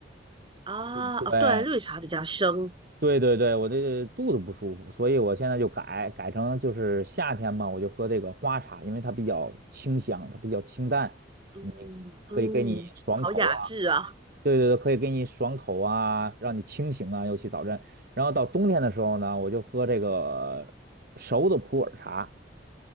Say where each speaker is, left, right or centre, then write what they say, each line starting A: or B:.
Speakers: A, on the right; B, on the right.
A: 啊，
B: 对
A: 哦，对，绿茶比较生，
B: 对对对，我这肚子不舒服，所以我现在就改改成就是夏天嘛，我就喝这个花茶，因为它比较清香，它比较清淡，
A: 嗯嗯，
B: 你可以给你爽口啊，
A: 好雅致啊
B: 对对对，可以给你爽口啊，让你清醒啊，尤其早晨。然后到冬天的时候呢，我就喝这个熟的普洱茶，